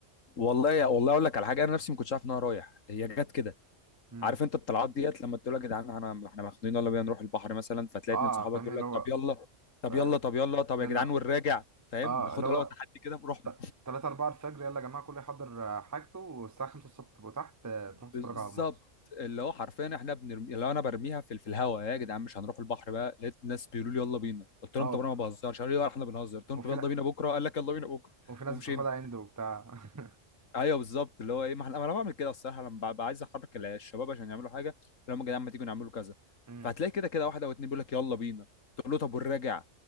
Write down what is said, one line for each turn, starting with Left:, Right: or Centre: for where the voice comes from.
Left: والله والله اقول لك على حاجه انا نفسي ما كنتش عارف ان انا رايح هي جت كده
Right: امم
Left: عارف انت الطلعات ديت لما تقول يا جدعان انا احنا مخنوقين يلا بينا نروح البحر مثلا فتلاقي
Right: اه
Left: اتنين صحابك
Right: فاهمني
Left: يقول
Right: اللي
Left: لك
Right: هو
Left: طب يلا طب
Right: آه،
Left: يلا طب يلا طب يا
Right: اللي
Left: جدعان
Right: هو
Left: والراجع فاهم
Right: اه
Left: بناخد
Right: اللي
Left: اللي
Right: هو
Left: هو تحدي كده بروحنا
Right: ت- تلاتة أربعة الفجر يلا يا جماعة كله يحضر آه، حاجته والساعة خمسة الصبح تبقوا تحت آه، تروحوا
Left: بالظبط
Right: تتفرجوا على الماتش
Left: اللي هو حرفيا احنا بنرمي اللي هو انا برميها في في الهواء يا جدعان مش هنروح البحر بقى لقيت الناس بيقولوا لي يلا بينا قلت
Right: اه
Left: لهم طب انا ما بهزرش قالوا لي لا، احنا بنهزر قلت لهم
Right: وفي
Left: طب يلا
Right: نا-
Left: بينا بكره قال لك يلا بينا بكره
Right: وفي ناس
Left: ومشينا
Right: بتاخدها عند وبتاع <laughs>
Left: ايوه بالظبط اللي هو ايه ما احنا- ما انا بعمل كده الصراحه لما ببقى عايز احرك ال- الشباب عشان يعملوا حاجه لما يا جدعان ما تيجوا نعملوا كذا
Right: امم
Left: فهتلاقي كده كده واحد او اتنين بيقول لك يلا بينا تقول له طب والراجع